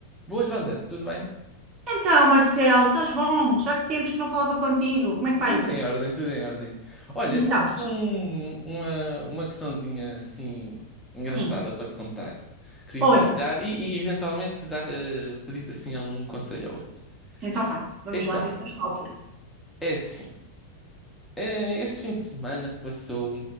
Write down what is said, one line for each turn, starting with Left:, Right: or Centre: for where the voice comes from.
Centre: Boas, Wanda, tudo bem?
Right: Então, Marcelo, estás bom? Já que temos que não falava contigo, como é que vai
Centre: Tudo
Right: isso?
Centre: em ordem, tudo em ordem. Olha,
Right: E
Centre: tenho
Right: então?
Centre: aqui um- uma, uma questãozinha assim engraçada
Right: Sim.
Centre: para te contar. Queria
Right: Olha,
Centre: partilhar e, e eventualmente dar, eh, pedir assim um conselho ao outro.
Right: então vá, vamos
Centre: Então,
Right: lá ver se eu estou à altura.
Centre: é assim, eh, este fim de semana que passou,